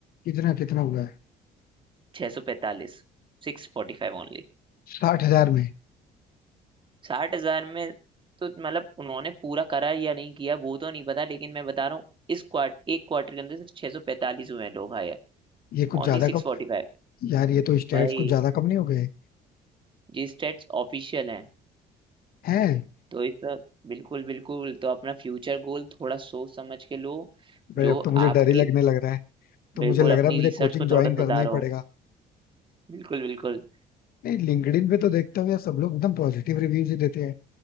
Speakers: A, on the left; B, on the right.
A: कितना कितना हुआ है
B: 645 सिक्स फोर्टी फाइव ओनली
A: साठ हजार में
B: साठ हजार में तो मतलब उन्होंने पूरा करा या नहीं किया वो तो नहीं पता लेकिन मैं बता रहा हूँ इस क्वार्टर एक क्वार्टर के अंदर सिर्फ 645 हुए हैं लोग hire
A: ये कुछ
B: only
A: ज्यादा
B: six
A: कम
B: forty five
A: यार ये तो स्टैट्स
B: भाई
A: कुछ ज्यादा कम नहीं हो गए
B: जी स्टेट्स ऑफिशियल हैं
A: हैं
B: तो इस वक्त बिल्कुल बिल्कुल तो अपना फ्यूचर गोल थोड़ा सोच समझ के लो
A: भाई
B: जो
A: अब तो मुझे
B: आपकी
A: डर ही लगने लग रहा है तो
B: बिल्कुल
A: मुझे लग
B: अपनी
A: रहा है मुझे
B: रिसर्च
A: कोचिंग
B: को
A: ज्वाइन
B: थोड़ा सुधारो
A: करना ही पड़ेगा
B: बिल्कुल बिल्कुल
A: नहीं लिंक्डइन पे तो देखता हूँ यार सब लोग एकदम पॉजिटिव रिव्यूज ही देते हैं